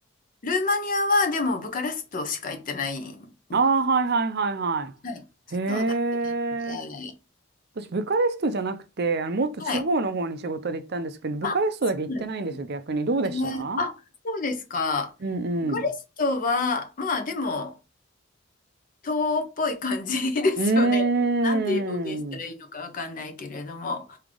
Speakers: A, on the left; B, on the right.
A: ルーマニアは、でも、ブカレストしか行ってない。
B: ああ、
A: は
B: はいはいはいは
A: い。はい。
B: い。へえ。
A: そうだけなので、
B: 私、ブカレストじゃなくて、あの、もっと地方の方に仕事で行ったんですけど、
A: はい。
B: ブカレストだけ行ってないんですよ、
A: あ、そうなんで
B: 逆に。どうでした
A: すね。あ、そうですか。
B: うんうん。
A: ブカレストは、まあ、でも、東欧っぽい感じですよね。
B: うーん。
A: <laughs> なんて表現したらいいのかわかんないけれども、